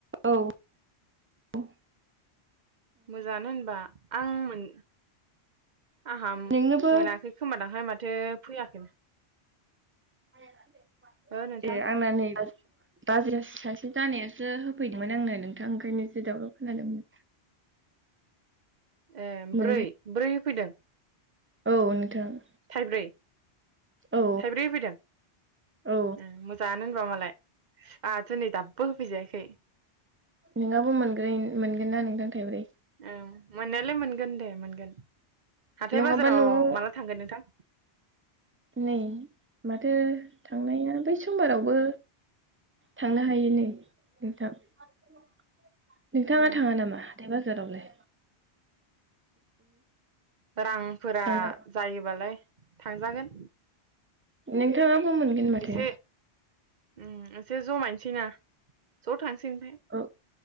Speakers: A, on the right; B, on the right.
A: औ औ।
B: मोजाङानो होनबा आं मोन आहा
A: नोंनोबो
B: मोनाखै खोमादांहाय माथो फैयाखै।
A: <unintelligible>
B: ओ नोंथां
A: ए आंना नै बाजारस सासे जानायासो होफैदोंमोन आंनो नोंथां ओंखायनोसो दावराव खोनादोंमोन।
B: ए
A: मोनबाय
B: ब्रै ब्रै फैदों।
A: औ नोंथां।
B: थाइब्रै।
A: औ
B: थाइब्रै होफैदों
A: औ
B: ओम मोजाङा नोग' मालाय आहासो नै दाबो होफैजायाखै।
A: नोंहाबो मोनग्रै मोनगोना नोंथां थाइब्रै।
B: औ मोननायालाय मोनगोन दे मोनगोन। हाथाय
A: नङाबा
B: बाजाराव
A: न'आव
B: माला थांगोन नोंथां?
A: नै माथो थांनाया बै समबारावबो थांनो हायो नै नोंथां। नोंथाङा
B: उम
A: थाङा नामा? हाथाय बाजाराव लाय।
B: रांफोरा
A: थांनो
B: जायोबालाय थांजागोन।
A: नोंथाङाबो मोनगोन माथो।
B: एसे उम एसे जमायनसै ना। ज' थांसै ओमफाय।
A: औ